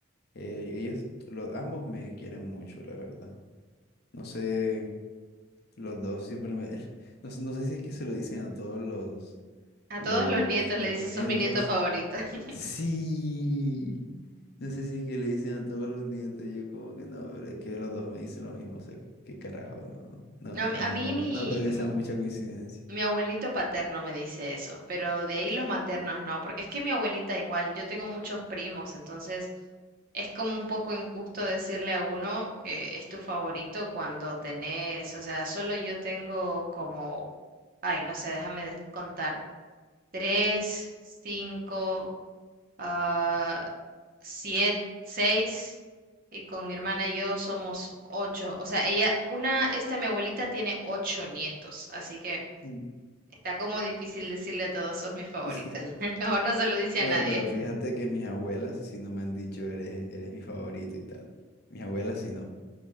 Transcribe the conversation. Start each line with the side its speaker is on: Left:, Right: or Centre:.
Left: Eh, ellos, los, ambos me quieren mucho, la verdad. No sé, los dos siempre me... <laughs> No, no sé si es que se lo dicen a todos los,
Right: A
Left: los,
Right: todos los nietos le
Left: los
Right: dice,
Left: nietos.
Right: sos mi nieto favorito. <laughs>
Left: Sí. No sé si es que le dicen a todos los nietos. Yo como que no, pero es que los dos me dicen lo mismo. O sea, que- qué carajo. No,
Right: No, a
Left: no,
Right: mí a mí
Left: no,
Right: mi,
Left: no creo que
Right: mi
Left: sea mucha coincidencia.
Right: mi abuelito paterno me dice eso, pero de ahí los maternos no, porque es que mi abuelita igual, yo tengo muchos primos, entonces es como un poco injusto decirle a uno que es tu favorito cuando tenés, o sea, solo yo tengo como, ay, no sé, déjame contar, tres, cinco, ah, siete, seis, y con mi hermana y yo somos ocho. O sea, ella, una, esta mi abuelita tiene ocho nietos, así que
Left: Mm.
Right: está como difícil decirle a todos, sos mi favorita.
Left: <laughs> Sí.
Right: <laughs> Mejor no se lo dice
Left: Bueno,
Right: a nadie.
Left: pero fíjate que mis abuelas si no me han dicho, eres, eres mi favorito y tal. Mis abuelas si no.